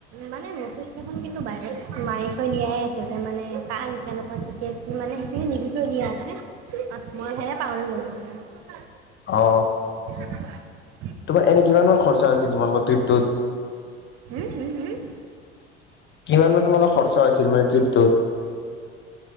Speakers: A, on the right; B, on the left.
A: মানে নেথিষ্টখন কিন্তু বাহিৰত মাৰি থৈ দিয়াই আছে যে মানে কাৰ কেনেকুৱা তেতিয়া কি মানে সেইখিনি লিখি থৈ দিয়া আছে। অ মই সেয়ে পাহৰি গলোঁ মান যে উ
B: অ
A: <unintelligible>
B: তোমাৰ এনে কিমান মমান খৰচা হৈছিল তোমালোকৰ ট্ৰিপটোত
A: উম হম হম
B: কিমান মান তোমালোকৰ খৰচা হৈছিল মানে ট্ৰিপটোত।